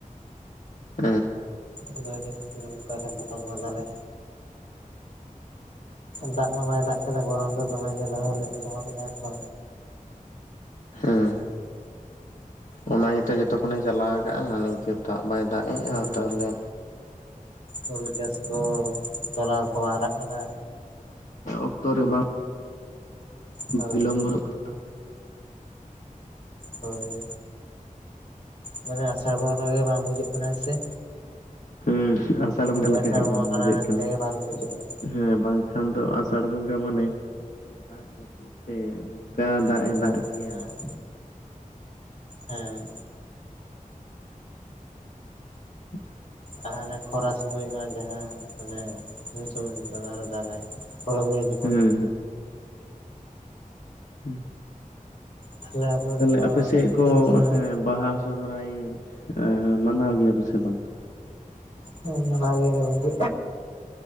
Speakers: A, on the left (about 65°); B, on the left (about 45°).
A: <inaudible>
B: ᱟᱫᱚᱭ ᱱᱤᱛ ᱛᱮᱫᱚ ᱱᱚᱝᱠᱟ ᱞᱮ ᱯᱚᱴᱚᱢ ᱠᱟᱫᱟᱞᱮ᱾ ᱫᱟᱜ ᱢᱟ ᱵᱟᱭ ᱫᱟᱜ ᱠᱟᱫᱟ ᱜᱚᱨᱚᱢ ᱫᱚ ᱫᱚᱢᱮᱜᱮ ᱫᱚᱦᱚ ᱞᱮ ᱫᱚᱦᱚ ᱞᱮᱫᱟᱭ ᱛᱚ᱾
A: ᱦᱩᱸ ᱚᱱᱟ ᱜᱮᱛᱮ ᱡᱚ ᱛᱚᱠᱷᱚᱱᱮ ᱡᱟᱞᱟᱣ ᱟᱠᱟᱜᱼᱟ ᱱᱤᱝᱠᱟᱹ ᱫᱟᱜ ᱵᱟᱭ ᱫᱟᱜ ᱮᱜᱼᱟ
B: ᱦᱩᱸ
A: ᱛᱟᱦᱚᱞᱮ
B: ᱦᱩᱲᱩ ᱪᱟᱥ ᱠᱚ ᱛᱚᱞᱟ ᱠᱚ ᱦᱟᱨᱟᱜ ᱠᱟᱱᱟ᱾
A: ᱚᱠᱛᱚ ᱨᱮ ᱵᱟᱝ
B: ᱦᱳᱭ
A: ᱵᱤᱞᱚᱢ ᱜᱚᱫᱚᱜ ᱠᱟᱱ
B: ᱦᱳᱭ ᱢᱟᱱᱮ ᱟᱥᱟᱲ ᱵᱚᱸᱜᱟ ᱜᱮ ᱵᱟᱝ ᱵᱩᱡᱷᱟᱹᱜ ᱠᱟᱱᱟ ᱦᱮᱸ ᱥᱮ᱾
A: ᱦᱮᱸ ᱟᱥᱟᱲ ᱵᱚᱸᱜᱟ
B: ᱡᱮ
A: ᱞᱮᱠᱟ
B: ᱟᱥᱟᱲ
A: ᱜᱮ
B: ᱵᱚᱸᱜᱟ
A: ᱵᱟᱝ ᱵᱩᱡᱷᱟᱹᱜ
B: ᱢᱮᱱᱛᱮ
A: ᱠᱟᱱᱟ
B: ᱵᱟᱝ ᱵᱩᱡᱷᱟᱹᱜ ᱠᱟᱱᱟ
A: ᱦᱮᱸ ᱵᱟᱝ ᱠᱷᱟᱱ ᱫᱚ ᱟᱥᱟᱲ ᱵᱚᱸᱜᱟ ᱢᱟᱱᱮ ᱫᱟᱜ, ᱡᱟᱹᱯᱩᱫ, ᱛᱮ ᱡᱟ ᱫᱟᱜ
B: ᱛᱚ
A: ᱮ ᱫᱟᱜ ᱜᱮᱭᱟ
B: ᱦᱮᱸ ᱦᱮᱸ᱾
A: <inaudible>
B: ᱟᱦᱟᱨ ᱨᱮ ᱠᱷᱚᱨᱟ ᱥᱚᱢᱚᱭ ᱢᱟ ᱡᱟᱦᱟᱸ ᱦᱟᱱᱮ ᱧᱩ ᱥᱚᱢᱚᱭ ᱫᱚᱢᱮ ᱟᱨᱚ ᱫᱟᱜᱟᱭ ᱦᱳᱲᱳ ᱜᱩᱦᱤᱡ ᱡᱚᱠᱷᱚᱱ
A: ᱦᱮᱸ ᱦᱮᱸ᱾
B: ᱛᱟᱦᱞᱮ ᱟᱵᱮᱱ
A: ᱛᱟᱦᱞᱮ
B: ᱫᱚ
A: ᱟᱯᱮ ᱥᱮᱫ ᱠᱚ
B: ᱛᱤᱱ ᱥᱮᱨᱢᱟ
A: ᱦᱮᱸ ᱵᱟᱦᱟ ᱥᱚᱦᱚᱨᱟᱭ ᱮᱸ ᱢᱟᱱᱟᱣ ᱜᱮᱭᱟ ᱯᱮ ᱥᱮ ᱵᱟᱝ?
B: ᱦᱮᱸ ᱢᱟᱱᱟᱣ ᱜᱮᱭᱟ ᱞᱮ ᱜᱚᱝᱠᱮ᱾